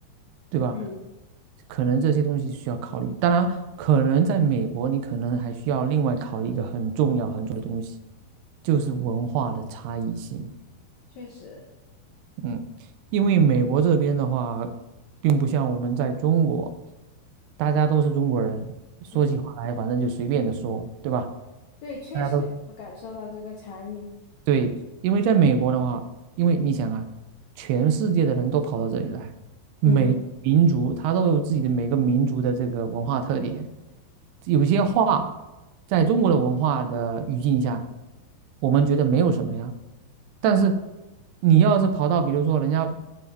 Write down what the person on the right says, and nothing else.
对吧？
可能这些东西需要考虑。当然，可能在美国，你可能还需要另外考虑一个很重要很重要的东西，就是文化的差异性。
嗯，因为美国这边的话，并不像我们在中国，大家都是中国人，说起话来反正就随便的说，
对吧？
大家都是对，因为在美国的话，因为你想啊，全世界的人都跑到这里来。
民族，它都有自己的每个民族的这个文化特点。有些话在中国的文化的语境下，我们觉得没有什么呀。但是你要是跑到比如说人家